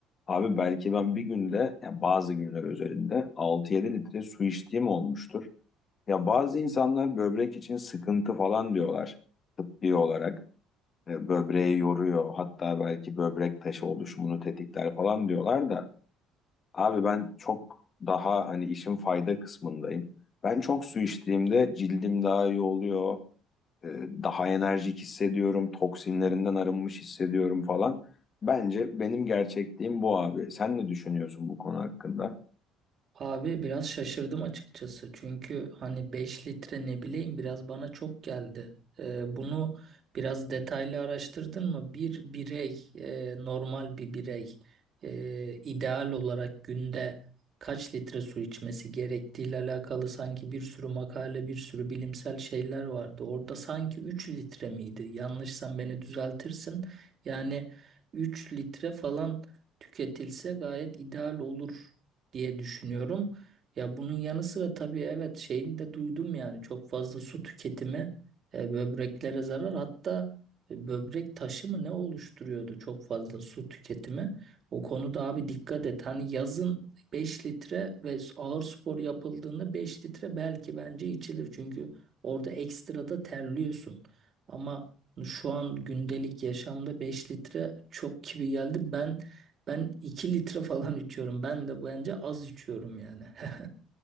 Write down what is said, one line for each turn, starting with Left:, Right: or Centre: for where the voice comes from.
Left: Abi belki ben bir günde yani bazı günler özelinde 6-7 litre su içtiğim olmuştur. Ya bazı insanlar böbrek için sıkıntı falan diyorlar tıbbi olarak. E, Böbreği yoruyor hatta belki böbrek taşı oluşumunu tetikler falan diyorlar da. Abi ben çok daha hani işin fayda kısmındayım. Ben çok su içtiğimde cildim daha iyi oluyor. E, daha enerjik hissediyorum, toksinlerinden arınmış hissediyorum falan. Bence benim gerçekliğim bu abi. Sen ne düşünüyorsun bu konu hakkında?
Right: Abi biraz şaşırdım açıkçası. Çünkü hani 5 litre ne bileyim biraz bana çok geldi. Ee, bunu biraz detaylı araştırdın mı? Bir birey, e, normal bir birey e, ideal olarak günde kaç litre su içmesi gerektiğiyle alakalı sanki bir sürü makale, bir sürü bilimsel şeyler vardı. Orada sanki 3 litre miydi? Yanlışsan beni düzeltirsin. Yani 3 litre falan tüketilse gayet ideal olur diye düşünüyorum. Ya bunun yanı sıra tabii evet şeyini de duydum yani çok fazla su tüketimi e, böbreklere zarar hatta e, böbrek taşı mı ne oluşturuyordu çok fazla su tüketimi. O konuda abi dikkat et hani yazın 5 litre ve s- ağır spor yapıldığında 5 litre belki bence içilir çünkü orada ekstra da terliyorsun. Ama şu an gündelik yaşamda 5 litre çok gibi geldi. Ben ben 2 litre falan içiyorum. Ben de bence az içiyorum yani. <laughs>